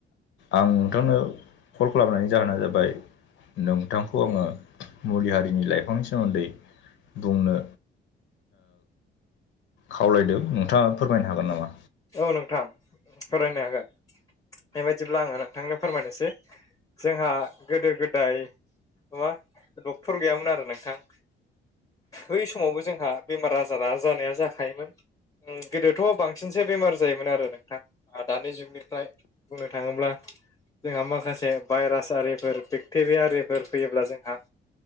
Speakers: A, on the left; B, on the left.
A: आं नोंथांनो कल खालामनायनि जाहोना जाबाय नोंथांखौ आंङो मुलि हारिनि लाइफांनि सोमोन्दै बुंनो खावलायदो नोंथाङा फोरमायनो हागोन नामा?
B: औ नोंथां फोरमनो हागोन बेबायाददिब्ला आंङो नोंथांनो फोरमायनोसै जोंहा गोदो गोदाय माबा डक्टर गैयामोन आरो नोंथां। बै समावबो जोंहा बेमार आजारा जानाया जाखायोमोन। गोदोथ' बांसिनसो बेमार जायोमोन आरो नोंथां दानि जुगनिफ्राय बुंनो थाङोब्ला जोंहा माखासे भाइरास आरिफोर बेक्टेरिया आरिफोर फैयोब्ला जोंहा